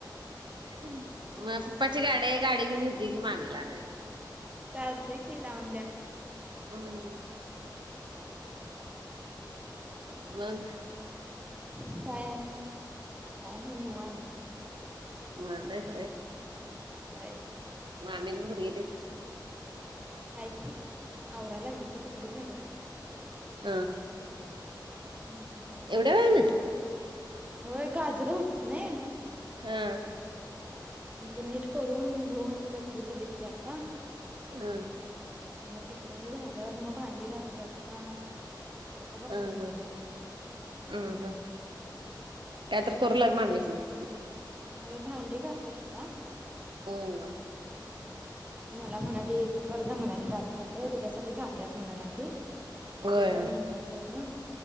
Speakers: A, on the right; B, on the right.
A: मग पप्पाची गाडी हाय गाडी घेऊन येतोय की मामीला आणायला.
B: चालतय की लावून द्या.
A: हम मग
B: काय आणि, काय नाही निवांत.
A: माजल खरा आहे.
B: होय
A: मामी तेनं कुठं गेलेत?
B: आहेत की, आवरा लागल्या ती कपडे धुवाल्या.
A: अ
B: हम्म
A: एवढया वेळानं
B: होय गाजरं होतीत नाही.
A: हा
B: मग ते नीट करून धुवून कटरी दिली ते आता
A: हं
B: मग तिकडं झाल्यावर भांडी घासली आता आता कपडे
A: हा
B: झालं
A: हम् हम् हम्म त्या तर करू लागनार माहीत नाही.
B: होय भांडी घासल्यात आता
A: हम्म
B: मला म्हणाली ते कर जा म्हणाली टास्कच त्याच्यासाठी थांबल्यास म्हणा लागली.
A: होय
B: ते कर म्हणली पुर्ण